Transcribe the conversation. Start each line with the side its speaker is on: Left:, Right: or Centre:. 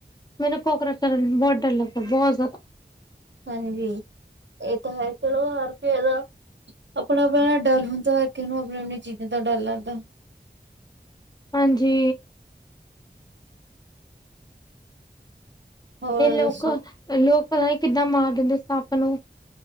Left: ਮੈਨੂੰ ਕੋਕਰਚਾ ਤੋ ਬਹੁਤ ਡਰ ਲੱਗਦਾ ਬੋ ਜਾ
Right: ਹਾਂਜੀ ਏ ਤਾਂ ਹੈ ਚਲੋ ਹਰ ਕਿਸੇ ਦਾ ਆਪਣਾ-ਆਪਣਾ ਨਾਲ ਡਰ ਹੁੰਦਾ ਹਰ ਕਿਸ ਨੂੰ ਆਪਣੇ ਆਪਣੀ ਚੀਜ਼ਾਂ ਦਾ ਡਰ ਲਾਂਦਾ।
Left: ਹਾਂਜੀ।
Right: ਹੋਰ
Left: ਇਹ ਲੋਕ
Right: ਦੱਸੋ
Left: ਲੋਕ ਪਤਾ ਨਹੀਂ ਕਿੱਦਾਂ ਮਾਰ ਦਿੰਦੇ ਸੱਪ ਨੂੰ।